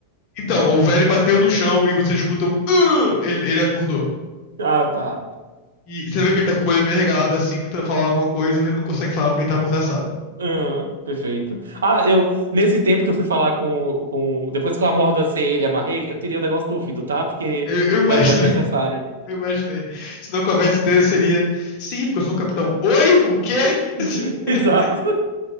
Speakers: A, on the left; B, on the right.
A: Então, o velho bateu no chão e você escuta um. "Ah!" Ele, ele acordou.
B: Ah, tá.
A: E você vê que ele tá com o olho meio regalado assim, tentando falar alguma coisa, mas ele não consegue falar porque ele tá amordaçado.
B: Aham, perfeito. Ah, eu, nesse tempo que eu fui falar com, com. Depois que eu amordacei ele, e amarrei, eu tirei o negócio do ouvido, tá? Porque
A: Eu, eu imaginei,
B: não era mais necessário.
A: <laughs> eu imaginei. Senão a conversa inteira seria: sim, porque eu sou um capitão. Oi? O quê?
B: <laughs>
A: <laughs>
B: Exato.